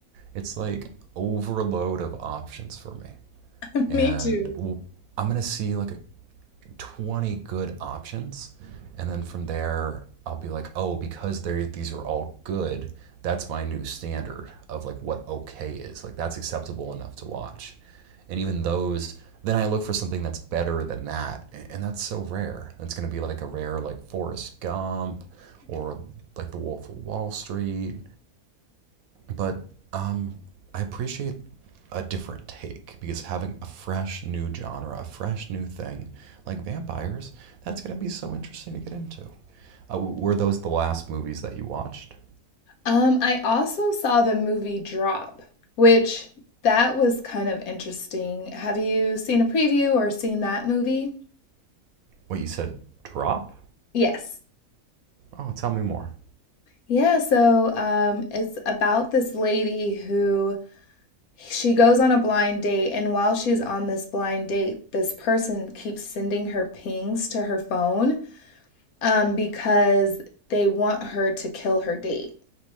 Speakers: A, on the right (about 70°); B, on the left (about 75°).
A: It's like overload of options for me.
B: <laughs>
A: And
B: Me too.
A: i I'm going to see like 20 good options. And then from there, I'll be like, oh, because they these are all good, that's my new standard of like what okay is. Like that's acceptable enough to watch. And even those, then I look for something that's better than that. And that's so rare. It's going to be like a rare, like Forrest Gump or like The Wolf of Wall Street but um, I appreciate a different take because having a fresh new genre, a fresh new thing like vampires, that's going to be so interesting to get into. Uh, were those the last movies that you watched?
B: Um, I also saw the movie Drop, which that was kind of interesting. Have you seen a preview or seen that movie?
A: What you said, drop?
B: Yes.
A: Oh, tell me more.
B: Yeah, so um, it's about this lady who she goes on a blind date, and while she's on this blind date, this person keeps sending her pings to her phone um, because they want her to kill her date.